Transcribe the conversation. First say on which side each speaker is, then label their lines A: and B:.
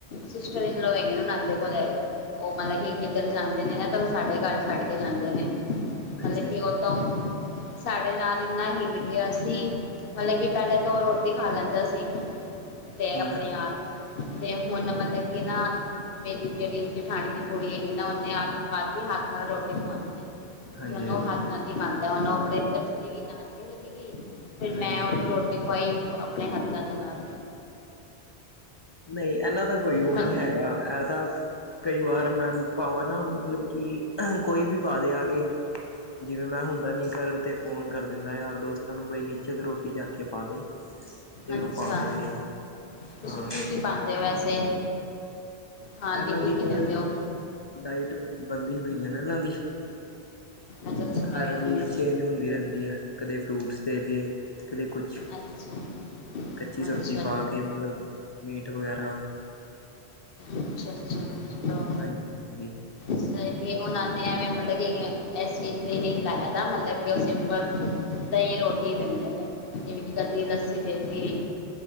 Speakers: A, on the left; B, on the left.
A: ਸਿਸਟਰ ਇਨ ਲੌਅ ਹੈਗੇ ਨੇ, ਉਹਨਾਂ ਦੇ ਕੋਲ ਹੈਗਾ। ਉਹ ਮਤਲਬ ਕਿ ਕਿੱਧਰ ਜਾਂਦੇ ਨੇ ਨਾ, ਤਾਂ ਉਹ ਸਾਡੇ ਘਰ ਛੱਡ ਕੇ ਜਾਂਦੇ ਨੇ। ਮਤਲਬ
B: ਅੱਛਾ
A: ਕਿ
B: ਜੀ
A: ਓਦੋਂ ਸਾਡੇ ਨਾਲ ਇੰਨਾ ਹਿੱਲ ਗਿਆ ਸੀ, ਮਤਲਬ ਕਿ ਪਹਿਲੇ ਦੋ ਰੋਟੀ ਖਾ ਲੈਂਦਾ ਸੀ, ਤੇ
B: ਹੁਣ
A: ਆਪਣੇ ਆਪ। ਤੇ ਹੁਣ ਮਤਲਬ ਕਿ ਨਾ ਮੇਰੀ ਜਿਹੜੀ ਜਠਾਣੀ ਦੀ ਕੁੜੀ ਹੈਗੀ ਨਾ ਉਹਨੇ ਆ ਬਾਤੀ ਹੱਥ ਨਾਲ ਰੋਟੀ ਖਵਾਉਣ ਦੀ।
B: ਹਾਂਜੀ
A: ਫ ਉਹਨੂੰ
B: ਹਾਂਜੀ
A: ਉਹ ਹੱਥ ਨਾਲ ਹੀ ਖਾਂਦਾ ਉਹਨੂੰ ਆਪਣੇ ਇਧਰ ਚਲੀ ਗਈ ਨਾਨਕੇ ਚਲੀ ਗਈ ਫੇਰ
B: ਹਾਂਜੀ
A: ਮੈਂ ਉਹਨੂੰ ਰੋਟੀ ਦਿਖਵਾਈ ਆਪਣੇ ਹੱਥਾਂ ਦੇ ਨਾਲ
B: ਨਹੀਂ ਇਹਨਾਂ ਦਾ ਕੋਈ ਉਹ
A: ਹੂੰ
B: ਨਹੀਂ ਹੈਗਾ ਇਹ ਤਾਂ ਕਈ ਵਾਰ ਮੈਂ ਪਾਵਾਂ ਨਾ ਮਤਲਬ ਕਿ ਕੋਈ ਵੀ ਪਾ ਦੇ ਆ ਕੇ ਜਿਵੇਂ ਮੈਂ ਹੁੰਦਾ ਨੀ ਘਰ ਤੇ ਫੋਨ ਕਰ ਦਿੰਦਾ ਯਾਰ ਦੋਸਤਾਂ ਨੂੰ ਬਈ ਨੀਚੇ ਤੋਂ ਰੋਟੀ ਚੱਕ ਕੇ ਪਾ ਦੇ ਤੇ
A: ਅੱਛਾ
B: ਉਹ ਪਾ ਦਿੰਦੇ ਆ
A: ਤੁਸੀਂ
B: ਹਾਂ
A: ਕੀ ਕੀ ਪਾਦੇ ਹੋ ਵੈਸੇ। ਖਾਣ
B: ਇਹਨਾਂ
A: ਲਈ ਕੀ
B: ਦੀ ਮੈਂ
A: ਕੀ ਦਿੰਦੇ ਹੋ
B: ਡਾਇਟ ਬੰਦੀ ਹੋਈ ਆ ਨਾ ਇਹਨਾਂ ਦੀ।
A: ਅੱਛਾ ਤੁਸੀਂ ਡਾਇਟ
B: ਹਰ ਵੀ
A: ਬੰਦੇ
B: ਚੇਂਜ ਹੁੰਦੀ ਰਹਿੰਦੀ ਹੈ। ਕਦੇ ਫਰੂਟਸ ਦੇ ਜੇ ਕਦੇ ਕੁਛ
A: ਅੱਛਾ
B: ਕੱਚੀ ਸਬਜ਼ੀ
A: ਅੱਛਾ ਅੱਛਾ
B: ਪਾ ਕੇ ਮਤਲਬ ਮੀਟ ਵਗੈਰਾ
A: ਅੱਛਾ ਅੱਛਾ ਚਲੋ
B: ਹਾਂਜੀ ਹਾਂਜੀ
A: ਸਹੀ ਹੁਣ ਆਨੇ ਐਵੇਂ ਮਤਲਬ ਕਿ ਇਸ ਚੀਜ਼ ਲਈ ਨਹੀਂ ਲਾਇ ਦਾ ਮਤਲਬ ਕਿ ਉਹ ਸਿੰਪਲ ਦਹੀਂ ਰੋਟੀ ਦਿੰਦੇ ਨੇ ਜਿਵੇਂ ਕੀ ਕਰਦੀ ਲੱਸੀ ਦੇਦੀ।